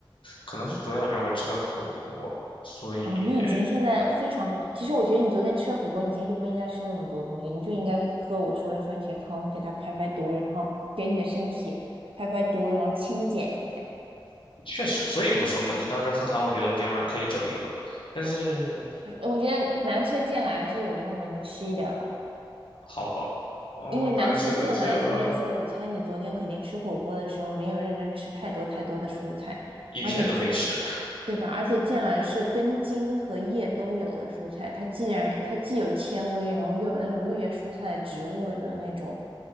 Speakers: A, on the left; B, on the right.
A: 可能是昨天晚上我吃的火锅，所以
B: 哦，你已经现在非常非，其实我觉得你昨天吃了火锅，你今天就不应该吃那么多东西，你就应该喝我说的番茄汤，给它排排毒，然后给你的身体排排毒，然后清减一下。
A: 确实，所以我说嘛，你当时喝汤，我觉得我今天晚上可以整一个，但是
B: 呃我觉得难吃的芥蓝是有用的，你吃一点吧。
A: 好饱，哦，
B: 因为难吃的剑兰，
A: 难吃的芥兰
B: 相当于说，我猜你昨天肯定吃火锅的时候没有认真吃太多太多的蔬菜，
A: 一片都没吃。
B: 而且剑，对吧？而且剑兰是根茎和叶都有的蔬菜，它既然它既有纤维，然后又有那种绿叶蔬菜的植物的那种，